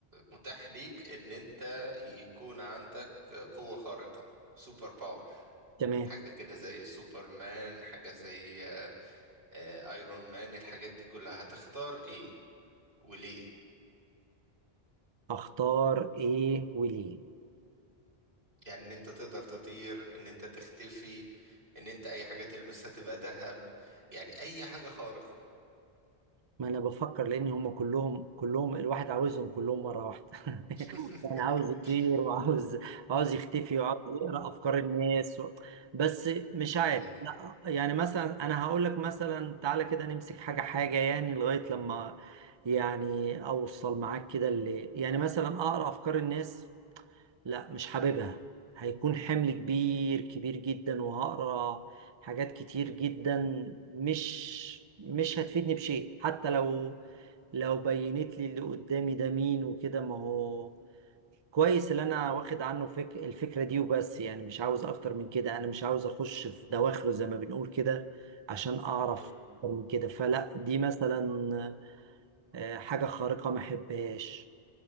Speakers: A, on the right; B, on the right.
A: متاح ليك ان انت يكون عندك قوة خارقة سوبر باور
B: تمام
A: حاجة كده زي سوبر مان حاجة زي آه، آه، ايرون مان الحاجات دي كلها هتختار ايه وليه
B: اختار ايه وليه
A: يعني ان انت تقدر تطير ان انت تختفي ان انت اي حاجة تلمسها تبقى ذهب يعني اي حاجة خارقة
B: ما انا بفكر لان هم كلهم كلهم الواحد عاوزهم كلهم مرة واحدة <laughs>
A: <laughs>
B: يعني عاوز يطير وعاوز عاوز يختفي وعاوز يقرأ افكار الناس و... بس مش عارف
A: هاي
B: لا يعني مثلا انا هقول لك مثلا تعالى كده نمسك حاجة حاجة يعني لغاية لما يعني اوصل معاك كده اللي يعني مثلا اقرا افكار الناس لا مش حاببها هيكون حمل كبير كبير جدا وهقرا حاجات كتير جدا مش مش هتفيدني بشيء حتى لو لو بينت لي اللي قدامي ده مين وكده ما هو كويس اللي انا واخد عنه فك... الفكرة دي وبس يعني مش عاوز اكتر من كده انا مش عاوز اخش في دواخله زي ما بنقول كده عشان اعرف
A: مم.
B: اكتر من كده فلا دي مثلا آه، حاجة خارقة ما احبهاش